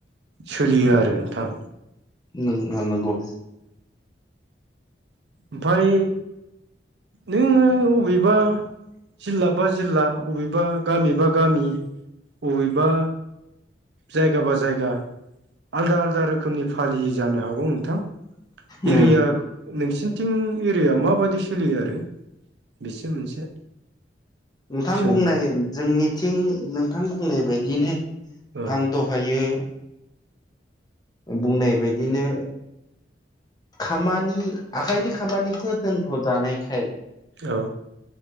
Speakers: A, on the right; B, on the left.
A: सोलियो आरो नोंथां
B: नों नोंगौ
A: ओमफ्राय नोङो अबेबा जिल्ला बा जिल्ला अबेबा गामिबा गामि अबेबा जायगा बा जायगा आलदा आलदा रोखोमनि फालियो जानो हागौ नोंथां
B: उम
A: एरिया नोंसिनि टिं एरिया माबायदि सोलियो आरो बिसो मोनसे
B: नोंथां
A: सों
B: बुंनाय जोंनिथिं नोंथां बुंनाय बायदिनो
A: औ
B: आं दहायो बुंनाय बायदिनो खामानि आखाइनि खामानिखौ दोनथ' जानायखाय
A: औ